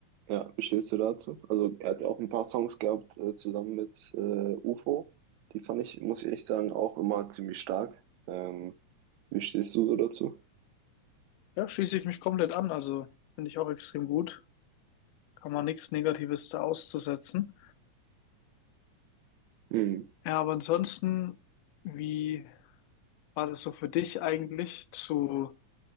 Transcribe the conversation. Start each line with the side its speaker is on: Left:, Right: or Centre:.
Right: ja, wie stehst du dazu? Also er hat ja auch ein paar Songs gehabt äh, zusammen mit äh, UFO. Die fand ich, muss ich echt sagen, auch immer ziemlich stark. Ähm, wie stehst du so dazu?
Left: Ja, schließe ich mich komplett an. Also finde ich auch extrem gut. Kann man nichts Negatives da auszusetzen.
Right: Hm.
Left: Ja, aber ansonsten, wie war das so für dich eigentlich zu